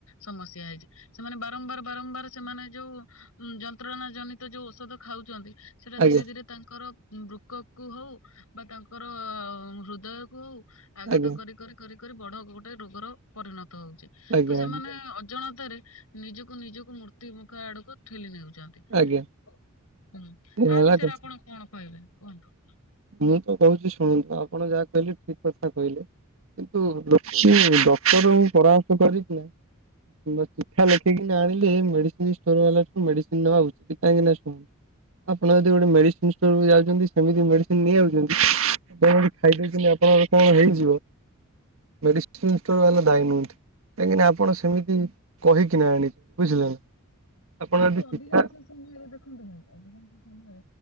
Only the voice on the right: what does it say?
ଆଜ୍ଞା ଆଜ୍ଞା
ଆଜ୍ଞା
ଆଜ୍ଞା
ଆଜ୍ଞା
ଆଜ୍ଞା।
ଏ ହେଲା
କଥା
ମୁଁ ତ କହୁଛି ଶୁଣନ୍ତୁ ଆପଣ ଯାହା କହିଲେ ଠିକ କଥା କହିଲେ। କିନ୍ତୁ <unintelligible> ଡକ୍ଟରଙ୍କୁ ପରାମର୍ଶ କରିଥିଲେ ଏଇନା ଚିଠା ଲେଖିକିନା ଆଣିଲେ ମେଡିସିନଷ୍ଟୋର ବାଲାଠୁ ମେଡିସିନ ନବା ଉଚିତ କାହିଁକି ନା ଶୁଣନ୍ତୁ ଆପଣ ଯଦି ଗୋଟେ ମେଡ଼ିସିନ୍ ଷ୍ଟୋରକୁ ଯାଉଛନ୍ତି ସେମିତି ମେଡ଼ି ସିନ୍ ନେଇ ଆଉଛନ୍ତି ଆପଣ ଯଦି ଖାଇଦଉଛନ୍ତି ଆପଣଙ୍କର କଣ ହେଇଯିବ ମେଡିସିନ ବଲା ଦାୟୀ ନୁହଁନ୍ତି, କାହିଁକିନା ଆପଣ ସେମିତି କହିକିନା ଆଣିଛନ୍ତି ବୁଝିଲେ ନା? ଆପଣ ଯଦି
ଶିକ୍ଷା